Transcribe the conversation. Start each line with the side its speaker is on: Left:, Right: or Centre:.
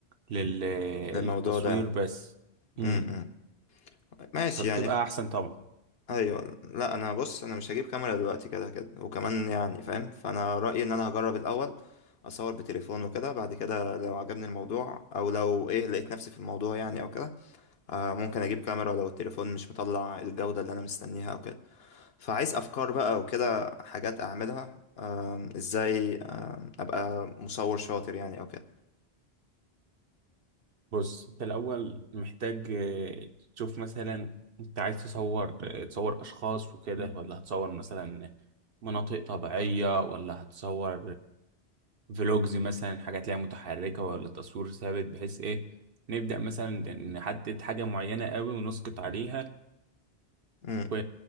Right: لل...
Left: للموضوع
Right: للتصوير
Left: ده يعني
Right: بس امم
Left: امم ماشي
Right: فبتبقى
Left: يعني
Right: احسن طبعا
Left: ايوه لا انا بص انا مش هجيب كاميرا دلوقتي كده كده وكمان يعني فاهم فانا رايي ان انا هجرب الاول اصور بتليفون وكده بعد كده لو عجبني الموضوع او لو ايه لقيت نفسي في الموضوع يعني او كده آه ممكن اجيب كاميرا لو التليفون مش مطلع الجوده اللي انا مستنيها او كده فعايز افكار بقى وكده حاجات اعملها آم، ازاي آم، ابقى مصور شاطر يعني او كده
Right: بص انت الاول محتاج آه، تشوف مثلا انت عايز تصور آه، تصور اشخاص وكده ولا هتصور مثلا مناطق طبيعية ولا هتصور فلوجز مثلا حاجات ليها متحركة ولا تصوير ثابت بحيث ايه نبدأ مثلا نحدد حاجة معينة قوي ونسقط عليها
Left: امم
Right: و...